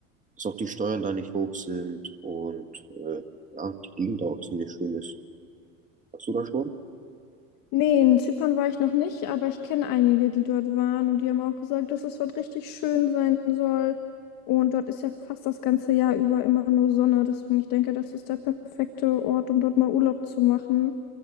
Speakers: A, on the right; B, on the left.
A: dass auch die Steuern da nicht hoch sind und äh, ja, die Gegend auch ziemlich schön ist. Warst du da schon?
B: Nee, in Zypern war ich noch nicht, aber ich kenne einige, die dort waren und die haben auch gesagt, dass es dort richtig schön sein soll. Und dort ist ja fast das ganze Jahr über immer nur Sonne. Deswegen, ich denke, das ist der perfekte Ort, um dort mal Urlaub zu machen.